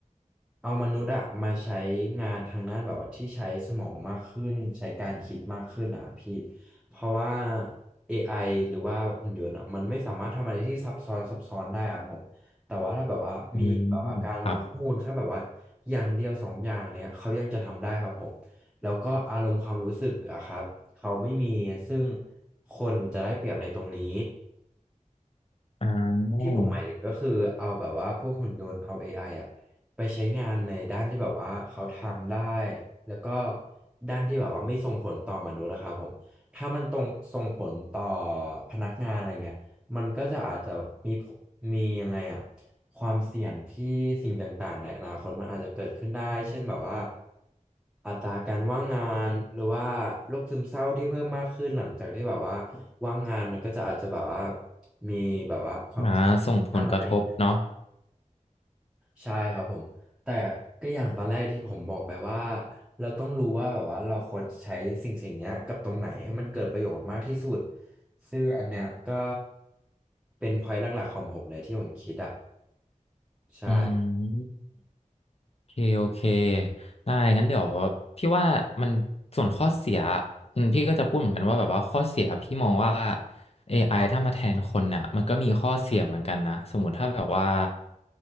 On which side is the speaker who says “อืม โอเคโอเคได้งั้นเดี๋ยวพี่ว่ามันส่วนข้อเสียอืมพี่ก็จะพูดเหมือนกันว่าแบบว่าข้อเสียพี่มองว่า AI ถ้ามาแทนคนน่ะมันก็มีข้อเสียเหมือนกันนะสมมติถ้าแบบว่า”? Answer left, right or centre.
Left